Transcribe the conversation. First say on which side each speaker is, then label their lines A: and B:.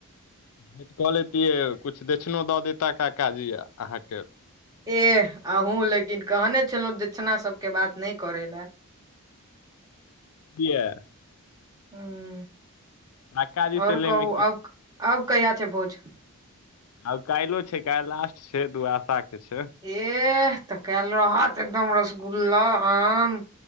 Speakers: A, on the left; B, on the right.
A: भेट कऽ लेैतियै किछु दक्षिणो दऽ देता काकााजी य अहाँके
B: एह अहूँ लेकिन कहने छलहुं दक्षिणा सब के बात नहि करे लए
A: किया
B: हुँ
A: काकाजी
B: आओर
A: से लैमे
B: कहू
A: की
B: आब आब कहिया छै भोज
A: आब काल्हि छै काल्हि लास्ट छै दूआदशा के छै
B: एह तऽ कल रहत एकदम रसगुल्ला आम